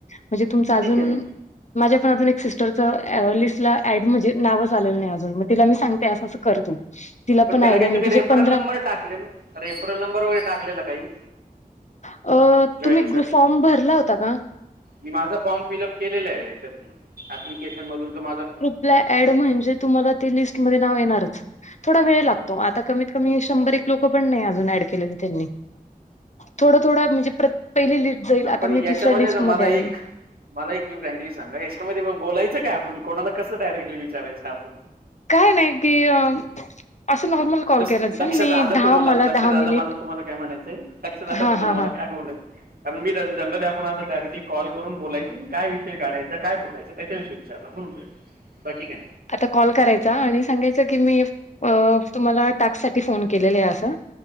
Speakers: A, on the left; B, on the right.
A: म्हणजे तुमच अजून,
B: ठीक आहे
A: माझ्या पण अजून एक सिस्टरिचं लिस्ट ला ऍड म्हणजे नाव चालेल नाही अजून मग तिला मी सांगते असं असं कर तू तिला
B: पण त्याला
A: आयडिया
B: काय
A: नाही
B: तुम्ही
A: तिचे
B: रेफरल
A: पंधरा
B: नंबर टाकलेल रेफरल नंबर वगैरे टाकलेला काही
A: अ
B: जॉईनिंगसाठी
A: तुम्ही फॉर्म भरला होता का?
B: मी माझा फॉर्म फिलअप केलेला आहे याच्यातून ऍप्लिकेशन मधून त माझा
A: आपला ऍड म्हणजे तुम्हाला ते लिस्ट मध्ये नाव येणारच. थोडा वेळ लागतो आता कमीत कमी शंभर एक लोक पण नाही अजून ऍड केलेली त्यांनी थोडं थोडं म्हणजे पहिली लिस्ट जाईल
B: आपण
A: आता मी
B: याच्यामध्ये
A: दुसऱ्या लिस्टमध्ये
B: द मला एक
A: आली.
B: मला एक मी फ्रँकली सांगा याच्यामध्ये मग बोलायचं काय आपण कोणाला कस डायरेक्ली विचारायचं आपण
A: काय नाही की असं नॉर्मल कॉल
B: जसं
A: करायचा
B: लक्षात
A: मी
B: आलं
A: दहा
B: तुम्हाला
A: मला
B: लक्षात
A: दहा
B: आलं
A: मिनिट
B: मला तुम्हाला काय म्हणायचंय, लक्षात आलं
A: हां
B: तुम्हाला
A: हां
B: मला
A: हां.
B: काय म्हलायचं. कारण मी त्यां जनरली आपण अस डायरेक्ली कॉल करून बोलायचं, पण काय विषय काढायचा, काय बोलायचं त्याच्याविषय विचारला म्हणून. बाकी काय?
A: आता कॉल करायचा आणि सांगायचं की मी अ तुम्हाला टास्क साठी फोन केलेले आहे असं.